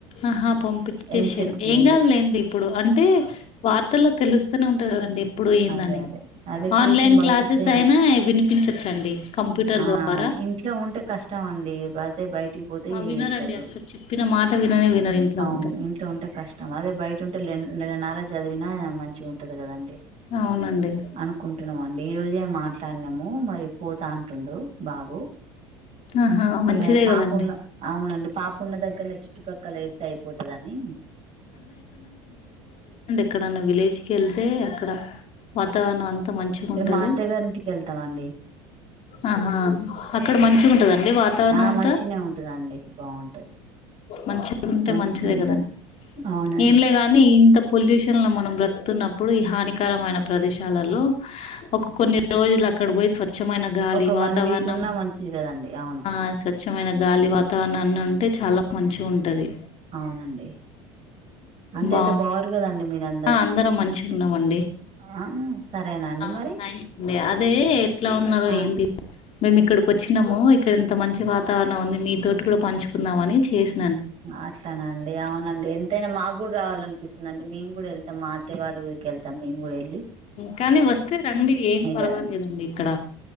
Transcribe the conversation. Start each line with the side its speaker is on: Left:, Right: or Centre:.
Left: ఆహా పంపించేసాను
Right: ఎంసెట్ కి
Left: ఏం కాదులేండి ఇప్పుడు అంటే వార్త ఇలా తెలుస్తూనే ఉంటుందిండి ఇప్పుడు ఏందని
Right: అదే అదే అదే కోచింగ్
Left: ఆన్లైన్
Right: పంపిస్తే
Left: క్లాసెస్ అయినా వినిపించచ్చండి కంప్యూటర్
Right: ఆ
Left: ద్వారా
Right: ఇంట్లో ఉంటే కష్టం అండి బతే బయటికి పోతే
Left: ఆ!
Right: వింటారు
Left: వినరండి అస్సలు చెప్పిన మాట విననే వినరు ఇంట్లో
Right: అవును
Left: ఉంటే.
Right: ఇంట్లో ఉంటే కష్టం అదే బయట ఉంటే నెల నార చదివినా మంచి ఉంటది కదండి
Left: అవునండి.
Right: అనుకుంటున్నామండి ఈ రోజే మాట్లాడినాము మరి పోతాంటుడు బాబు
Left: ఆహా! మంచిదే
Right: ఇక పాపు
Left: గదండీ.
Right: ఉన్న అవునండి పాపు ఉన్న దగ్గరన చుట్టుప్రక్కల వేస్తే అయిపోతుదని
Left: అక్కడన్న విలేజ్ కి వెళ్తే అక్కడ వాతావరణం అంతా మంచిగా
Right: ఇక
Left: ఉంటది
Right: మా అత్తయ్య గారింటికి వెళ్తామండి
Left: ఆహా అక్కడ మంచి
Right: అట్లా
Left: ఉంటదండి వాతావరణ
Right: ఆ
Left: అంతా
Right: మంచినే ఉంటదండి బాగుంటది
Left: మంచిది ఉంటే
Right: మంచినే
Left: మంచిదే
Right: ఉంటది
Left: కదండి
Right: అవునండి
Left: ఏంలే గాని ఇంత పొల్యూషన్ లో మనం బ్రతున్నప్పుడు ఈ హానికరమైన ప్రదేశాలలో ఒక కొన్ని రోజులు అక్కడ పోయి స్వచ్ఛమైన గాలి
Right: ఒక
Left: వాతావరణం
Right: వన్ వీక్ ఉన్నా మంచిది కదండి అవును
Left: ఆ స్వచ్ఛమైన గాలి వాతావరణాన్ని ఉంటే చాలా మంచి ఉంటది
Right: అవునండి అంతయితే
Left: బాగు
Right: బాగురు కదండి మీరందరు
Left: అందరం మంచి ఉన్నామండి
Right: ఆ సరేనా అండి
Left: ఆ
Right: మరి
Left: థ్యాంక్స్ అండి అదే ఎట్లా ఉన్నారుో
Right: ఆ
Left: ఏంది మేము ఇక్కడికి వచ్చినాము ఇక్కడ ఇంత మంచి వాతావరణం ఉంది మీతోోటి కూడా పంచుకుందాంమని చేసి
Right: అట్లాన అండి అవునండి ఎంతైనా మా కూడా రావాలినిపిస్తుందిండిే కూడా వెతాం మాే వాళ్ళ ఊరికి వెతంేము కూడా వెళ్తం
Left: కానీ వస్తే రండి ఏం పర్వాలేదండి
Right: కదండి
Left: ఇక్కడ